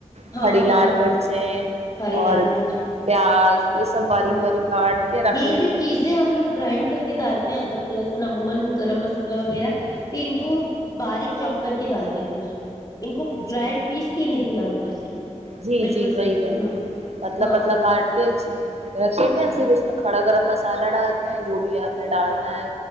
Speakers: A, on the right (about 55°); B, on the left (about 30°).
A: کھڑی
B: ہاں
A: لال
B: ہاں
A: مرچیں
B: ہاں ہری لال
A: اور
B: مرچی
A: پیاز یہ سب باریک
B: ہوں
A: بار کاٹ کے رکھ
B: یہ
A: لیتی
B: جو چیزیں
A: ہو
B: ہم لوگ گرائنڈ کر کے ڈالتے ہیں ادرک لہسن عموما گرم گرم
A: ہوں
B: ان کو باریک چوپ کر کے ڈال دیتے ہیں اس میں ان کو گرانڈ
A: جی
B: پیس کی نہیں ڈال کے اندر
A: جی
B: بالکل
A: جی وہی
B: صحیح
A: ہے
B: ہوں
A: پتلا
B: ہاں
A: پتلا
B: بالکل
A: کاٹ کے رکھے تھے پھر اس میں کڑا گرم مسالہ ا ڈالتے ہیں جو بھی آپ نے ڈالنا ہے